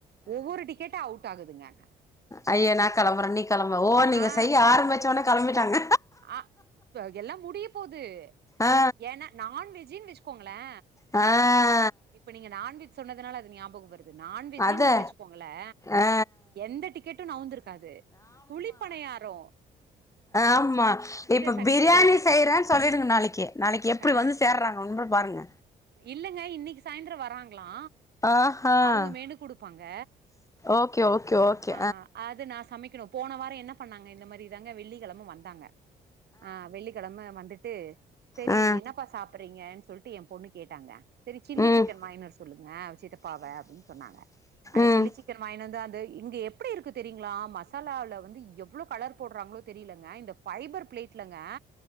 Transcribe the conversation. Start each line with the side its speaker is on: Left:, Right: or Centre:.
Right: ஒவ்வொரு டிக்கெட்டா அவுட் ஆகுதுங்க
Left: அய்ய நா களம்பறே நீ கிளம்பு ஓ நீங்க
Right: ஆ
Left: செய்ய ஆரம்பிச்சோனே கிளம்பிட்டாங்க
Right: ஆ தோ எல்லா முடிய போது
Left: ஆ
Right: ஏன்னா நான்வெஜ்ஜுனு வச்சுக்கோங்களே
Left: ஆ
Right: இப்ப நீங்க நான்வெஜ் சொன்னதுனால அது ஞாபகம் வருது நான்வெஜ்ஜுன்னு
Left: அது
Right: வச்சுக்கோங்களே
Left: ஆ
Right: எந்த டிக்கெட்டு நவுந்திருக்காது குழிழப்பணையாரோ
Left: ஆம்மா இப்ப
Right: சகிச்சுக்கிறது
Left: பிரியாணி செய்றே சொல்லிடுங்க நாளக்கி நாளக்கி எப்டி
Right: அ
Left: வந்து சேர்றாங்க வந்து பாருங்க
Right: இல்லங்க இன்னக்கி சாய்ந்ரோ வராங் க்கலா
Left: ஆஹா
Right: அவ்ங்க மெனு குடுப்பாங்க
Left: ஓகே ஓகே ஓகே
Right: ஆ அது நா சமக்கெணு போன வாரோ என்ன பண்ணாங்க இந்த மாதிரிதாங்க வெள்ளிக்கெழம வந்தாங்க ஆ வெள்ளி கிழம வந்துட்டு சரி
Left: ஆ
Right: என்னப்பா சாப்றீங்கன்னு சொல்லிட்டு ஏ பொண்ணு கேட்டாங்க செரி சில்லி
Left: ம்
Right: சிக்கன் வாங்கிணு வர சொல்லுங்க சித்தபாவ அப்டின்னு சொன்னாங்க அட
Left: ம்
Right: சில்லி சிக்கன் வாங்கிணு வந்து அத இங்க எப்டி இருக்கு தெரியுங்களா மசாலாலேருந்து எவ்ளோ கலர் போடுறாங்களோ தெரியலங்க இந்த ஃபைபர் பிளேட்லங்க